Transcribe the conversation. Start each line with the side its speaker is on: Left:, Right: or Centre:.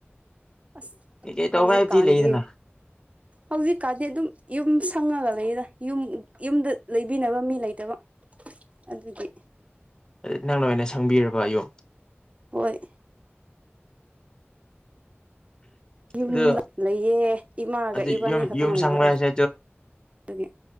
Right: ꯑꯁ
Left: ꯀꯩꯀꯩ ꯇꯧꯕ
Right: ꯍꯧꯖꯤꯛꯀꯥꯟꯗꯤ
Left: ꯍꯥꯏꯕꯗꯤ ꯂꯩꯗꯅ
Right: ꯍꯧꯖꯤꯛꯀꯥꯟꯗꯤ ꯑꯗꯨꯝ ꯌꯨꯝ ꯁꯪꯉꯒ ꯂꯩꯌꯦꯗ ꯌꯨꯝ ꯌꯨꯝꯗ ꯂꯩꯕꯤꯅꯕ ꯃꯤ ꯂꯩꯇꯕ ꯑꯗꯨꯗꯤ
Left: ꯅꯪ ꯂꯣꯏꯅ ꯁꯪꯕꯤꯔꯕ ꯑꯌꯨꯛ
Right: ꯍꯣꯏ ꯌꯨꯝꯗ
Left: ꯑꯗꯨ
Right: ꯂꯩꯌꯦ ꯏꯃꯥꯒ
Left: ꯑꯗꯨ
Right: ꯏꯕꯥꯅꯤ
Left: ꯌꯨꯝ
Right: ꯈꯛꯇꯪ
Left: ꯌꯨꯝ
Right: ꯂꯩꯕ
Left: ꯁꯪꯕ
Right: ꯑꯗꯨ
Left: ꯍꯥꯏꯕꯁꯦ
Right: ꯑꯗꯨꯒꯤ